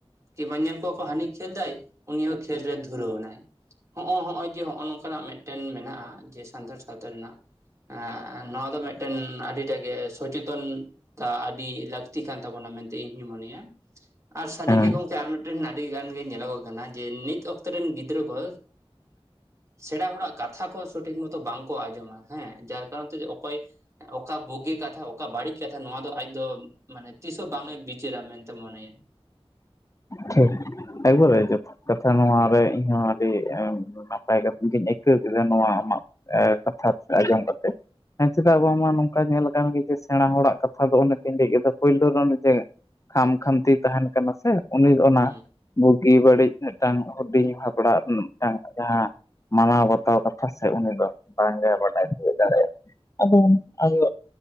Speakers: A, on the right; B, on the left.
A: ᱠᱤᱵᱟ ᱧᱮᱞ ᱠᱚᱣᱟ ᱠᱚ ᱦᱟᱹᱱᱤ ᱠᱷᱮᱞ ᱫᱟᱭ ᱩᱱᱤ ᱦᱚᱸ ᱠᱷᱮᱞ ᱨᱮ ᱫᱷᱩᱨᱟᱹᱣ ᱱᱟᱭ᱾ ᱦᱚᱸᱜᱼᱚ ᱦᱚᱸᱜᱼᱚᱭ ᱡᱮ ᱦᱚᱸᱜᱼᱚ ᱱᱚᱝᱠᱟᱱᱟᱜ ᱢᱤᱫᱴᱮᱱ ᱢᱮᱱᱟᱜᱼᱟ ᱡᱮ ᱥᱟᱱᱛᱟᱲ ᱥᱟᱸᱶᱛᱟ ᱨᱮᱱᱟᱜ᱾ ᱮᱸ ᱱᱚᱣᱟ ᱫᱚ ᱢᱤᱫᱴᱮᱱ ᱟᱹᱰᱤᱴᱟᱜ ᱜᱮ ᱥᱚᱪᱮᱛᱚᱱ᱾ ᱛᱟ ᱟᱹᱰᱤ ᱞᱟᱹᱠᱛᱤ ᱠᱟᱱ ᱛᱟᱵᱚᱱᱟ ᱢᱮᱱᱛᱮ ᱤᱧᱦᱩᱧ ᱢᱚᱱᱮᱭᱟ ᱟᱨ ᱥᱟᱨᱤ
B: ᱦᱮᱸ
A: ᱜᱮ ᱜᱚᱝᱠᱮ ᱟᱨ ᱢᱤᱫᱴᱮᱱ ᱟᱹᱰᱤ ᱜᱟᱱ ᱜᱮ ᱧᱮᱞᱚᱜᱚᱜ ᱠᱟᱱᱟ ᱡᱮ ᱱᱤᱛ ᱚᱠᱛᱚ ᱨᱮᱱ ᱜᱤᱫᱽᱨᱟᱹ ᱠᱚ ᱥᱮᱬᱟ ᱦᱚᱲᱟᱜ ᱠᱟᱛᱷᱟ ᱠᱚ ᱥᱚᱴᱷᱤᱠ ᱢᱚᱛᱚ ᱵᱟᱝᱠᱚ ᱟᱸᱡᱚᱢᱟ ᱦᱮᱸ ᱡᱟᱨ ᱠᱟᱨᱚᱱ ᱛᱮ ᱚᱠᱚᱭ ᱚᱠᱟ ᱵᱩᱜᱤ ᱠᱟᱛᱷᱟ ᱚᱠᱟ ᱵᱟᱹᱲᱤᱡ ᱠᱟᱛᱷᱟ ᱱᱚᱣᱟ ᱫᱚ ᱟᱡ ᱫᱚ ᱢᱟᱱᱮ ᱛᱤᱥᱦ ᱦᱚᱸ ᱵᱟᱝᱮ ᱵᱤᱪᱟᱹᱨᱟ ᱢᱮᱱᱛᱮ ᱢᱚᱱᱮᱭᱭᱟ
B: ᱴᱷᱤᱠ ᱮᱠᱵᱟᱨᱮ ᱮᱠᱟᱞ ᱠᱟᱛᱷᱟ ᱱᱚᱭᱟᱨᱮ ᱤᱧᱦᱚᱸ ᱟᱹᱰᱤ ᱱᱟᱯᱟᱭ ᱠᱟᱛ ᱜᱤᱧ ᱟᱹᱭᱠᱟᱹᱣ ᱠᱮᱫᱟ ᱱᱚᱣᱟ ᱟᱢᱟᱜ ᱠᱟᱛᱷᱟ ᱟᱡᱚᱢ ᱠᱟᱛᱮ ᱦᱮᱸ ᱪᱮᱫᱟᱜ ᱵᱟᱝᱢᱟ ᱱᱚᱝᱠᱟ ᱧᱮᱞ ᱠᱟᱱ ᱜᱮᱪᱚ ᱥᱮᱬᱟ ᱦᱚᱲᱟᱜ ᱠᱟᱛᱷᱟ ᱫᱚ ᱚᱱᱮ ᱛᱤᱧ ᱞᱟᱹᱭ ᱠᱮᱫᱟ ᱯᱳᱭᱞᱳ ᱨᱮᱱ ᱡᱮ ᱠᱷᱟᱢ ᱠᱷᱟᱢᱛᱤ ᱛᱟᱦᱮᱱ ᱠᱟᱱᱟ ᱥᱮ ᱩᱱᱤ ᱚᱱᱟ
A: ᱦᱩᱸ
B: ᱵᱩᱜᱤ ᱵᱟᱹᱲᱤᱡ ᱢᱤᱫᱴᱟᱝ ᱦᱩᱰᱤᱧ ᱦᱟᱯᱲᱟᱜ ᱨᱮᱱᱟᱜ ᱢᱤᱫᱴᱟᱝ ᱡᱟᱦᱟᱸ ᱢᱟᱱᱟᱣ ᱵᱟᱛᱟᱣ ᱠᱟᱛᱷᱟ ᱥᱮ ᱩᱱᱤ ᱫᱚ ᱵᱟᱝᱜᱮ ᱵᱟᱰᱟᱭ ᱛᱤᱭᱳᱜ ᱫᱟᱲᱮᱭᱟᱜᱟ ᱟᱫᱚ ᱟᱭᱳ